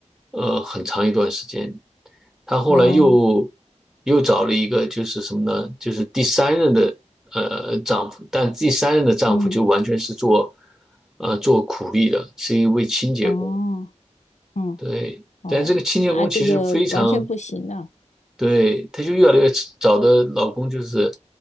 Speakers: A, in the centre; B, on the left.
A: 呃很长一段时间，她后来又
B: 哦，
A: 又找了一个，就是什么呢？就是第三任的呃丈夫，但第三任的丈夫就完全是做
B: 嗯，
A: 呃做苦力的，是一位清洁工。
B: 哦，嗯，
A: 对，
B: 哦，
A: 但这个清洁工其实非常
B: 那这个完全不行啊。
A: 对，她就越来越找的老公就是